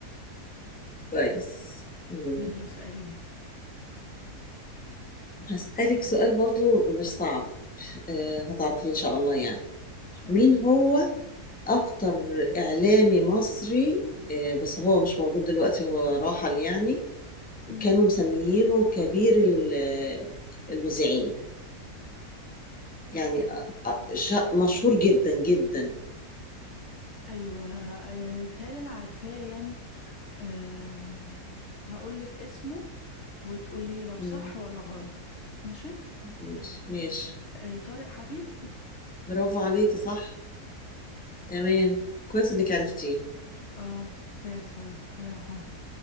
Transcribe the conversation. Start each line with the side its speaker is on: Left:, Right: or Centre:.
Centre: كويس مم.
Left: يلا اسأليني ان
Centre: هسالك سؤال برضو مش صعب آه، هتعرفي ان شاء الله يعني
Left: شاء
Centre: مين
Left: الله
Centre: هو اكتر اعلامي مصري آه، بس هو مش موجود دلوقتي هو راحل يعني
Left: مم.
Centre: كانوا مسميينه كبير ال- آه، المذيعين يعني آه، آه، شا- مشهور جدا جدا
Left: ايوه آه، تالي انا عارفاه يعني أه... هقول لك اسمه وتقولي لو
Centre: مم.
Left: صح ولا غلط ماشي
Centre: ماشي ماشي
Left: آه طارق حبيب
Centre: برافو عليكي صح تمام كويس
Left: ماشي
Centre: انك عرفتيه
Left: اه فاكراه بصراحة الله يرحمه